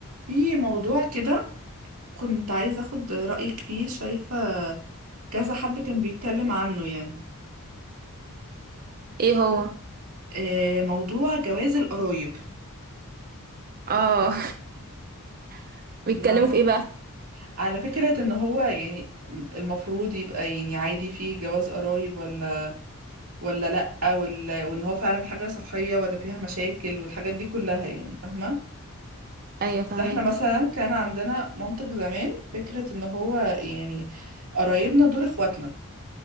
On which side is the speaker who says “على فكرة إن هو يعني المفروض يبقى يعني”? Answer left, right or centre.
Right